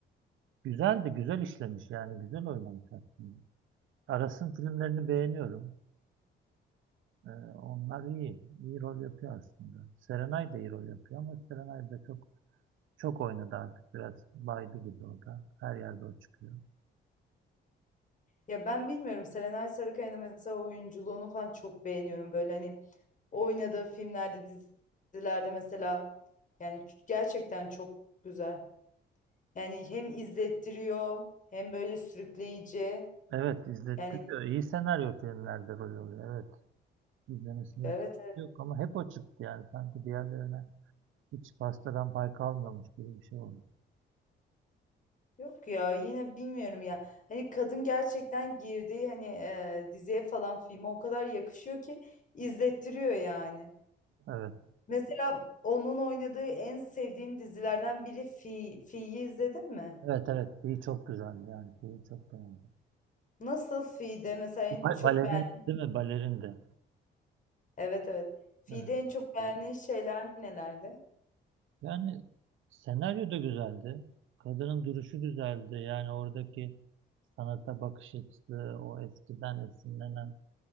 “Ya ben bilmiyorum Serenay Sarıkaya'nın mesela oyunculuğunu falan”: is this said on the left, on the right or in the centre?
Left